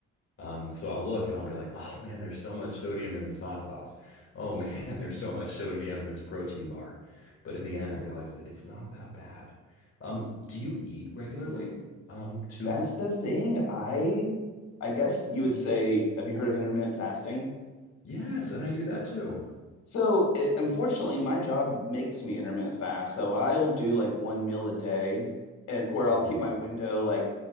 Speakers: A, on the left (about 50°); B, on the left (about 65°).
A: Um, so I'll look and I'll be like, oh man, there's so much sodium in this hot sauce. Oh man, <laughs> there's so much sodium in this protein bar. But in the end, I realized it's not that bad. Um, do you eat regularly? Um, to
B: That's the thing. I I guess you would say, have you heard of intermittent fasting?
A: yes, and I do that too.
B: So it, unfortunately, my job makes me intermittent fast. So I'll do like one meal a day and where I'll
A: Mm,
B: keep my window like,